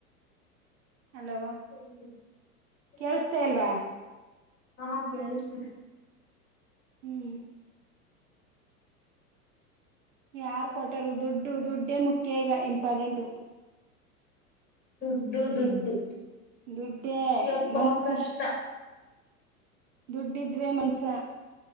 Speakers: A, on the right; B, on the left.
A: ಹಲೋ
B: ಹೇಳಿ ಕೇಳಿಸ್ತಿದೆ
A: ಕೇಳಸ್ತಾ ಇಲ್ವಾ.
B: ಹೇಳಿ ಹಾ ಕೇಳಿಸ್ತಿದೆ.
A: ಹ್ಮ್ ಯಾರ್ ಕೊಟ್ಟಾರು? ದುಡ್ಡು ದುಡ್ಡೇ ಮುಖ್ಯ ಈಗ ಇಂಪಾರ್ಟೆಂಟು.
B: ದುಡ್ಡು ದುಡ್ಡು.
A: ದುಡ್ಡೆ
B: ಯಪ್ಪಾ
A: ಮನ್ಸು
B: ಕಷ್ಟ
A: ದುಡ್ಡಿದ್ರೆ ಮನ್ಸ.